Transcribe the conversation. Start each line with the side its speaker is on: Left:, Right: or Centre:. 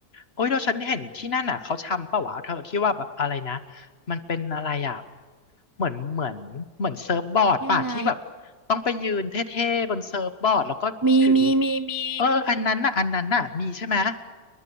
Left: โอ้ยแล้วฉันเห็นที่นั่นน่ะเขาทำปะวะเธอที่ว่าแบบอะไรนะมันเป็นอะไรอ่ะเหมือนเหมือนเหมือนเซิร์ฟบอร์ดป่ะที่แบบ
Right: ยังไง
Left: ต้องไปยืนเท่ๆบนเซิร์ฟบอร์ดแล้วก็ถือ
Right: มีมีมีมี
Left: เอออันนั้นน่ะอันนั้นน่ะมีใช่ไหม